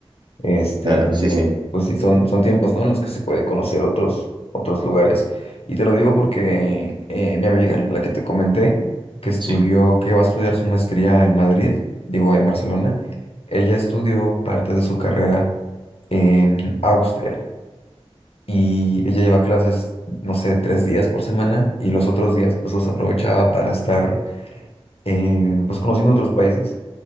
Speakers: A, on the left (about 70°); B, on the right (about 45°).
A: Este,
B: Claro,
A: em,
B: sí, sí.
A: pues sí, son, son tiempos, ¿no? En los que se puede conocer otros, otros lugares. Y te lo digo porque eh, mi amiga, la que te comenté, que estudió,
B: Sí.
A: que va a estudiar su maestría en Madrid, digo, en Barcelona, ella estudió parte de su carrera en Austria y ella lleva clases, no sé, tres días por semana y los otros días pues los aprovechaba para estar eh, pues conociendo otros países